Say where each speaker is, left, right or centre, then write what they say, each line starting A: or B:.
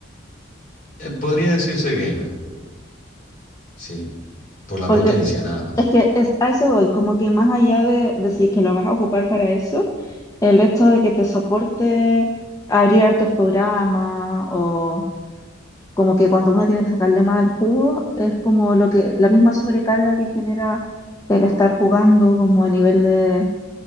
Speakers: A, on the left; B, on the left.
A: Eh, podría decirse gamer, sí, por la
B: porque
A: potencia nada más.
B: es que es, a eso voy, como que más allá de decir que lo vas a ocupar para eso, el hecho de que te soporte abrir hartos programas o como que cuando uno tiene que sacarle más al jugo, es como lo que, la misma sobrecarga que genera el estar jugando como a nivel de,